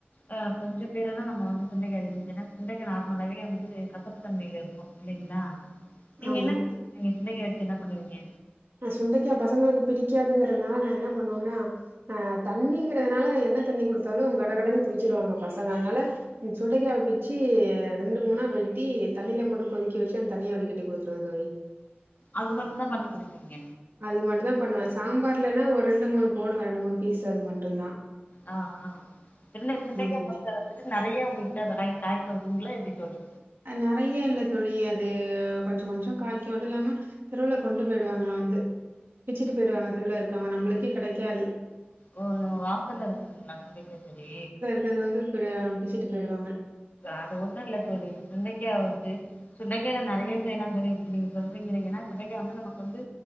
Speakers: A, on the left; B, on the right.
A: ஆ கொஞ்ச பேர்னா நம்ம வந்து சுண்டைக்கா அதிகோ ஏனா சுண்டைக்கா நார்மலாவே வந்து கசப்பு தன்மையில இருக்கு இல்லைங்களா நீங்க
B: ஆமா
A: என்ன செய்வீங்க சுண்டைக்காய் வச்சு என்ன பண்ணுவீங்க
B: நா சுண்டைக்கா பசங்களுக்கு பிடிக்காதுங்கிறதுனால நா என்ன பண்ணுவனா அ தண்ணிங்கறதுனால என்ன தண்ணி குடுத்தாலு கடகடன்னு குடிச்சிருவாங்க பசங்க அதனால சுண்டைக்காவ பிச்சு ரெண்டு மூணா வெட்டி தண்ணியில போட்டு கொதிக்க வச்சு அந்த தண்ணிய வடி கட்டி குடுத்துருவே தோழி
A: அது மட்டு தா பண்ணி குடுப்பீங்க
B: அது மட்டு தா பண்ணுவ சாம்பார்லன்னா ஒரு ரெண்டு மூணு போடுவ ரெண்டு மூணு பீசு அது மட்டு தா
A: ஆ ஆ சின்ன சுண்டைக்காய
B: தோழி
A: பத்த வந்துட்டு நறைய உங்கள்ட்ட காய் காய்ப்பு இருகுங்ளா எப்டி தோழி
B: அ நறைய இல்ல தோழி அது கொஞ்ச கொஞ்சோ காய்க்கு அது இல்லாம தெருவுல கொண்டு போயிடுவாங்களா வந்து பிச்சுட்டு போயிடுவாங்க தெருவுல இருக்கவுங்க நம்மளுக்கே கெடைக்காது
A: ஓ நம்ம வாசல்ல இருக்குதுங்களா சுண்டைக்கா செடி
B: வந்து வந்து அ பிச்சுட்டு போயிடுவாங்க
A: அது ஒண்ணு இல்ல தோழி சுண்டைக்கா வந்து சுண்டைக்காய்ல நறைய செய்யலா தோழி இப்ப நீங்க சொல்றீங்கீங்க ஏனா சுண்டைக்கா வந்து நமக்கு வந்து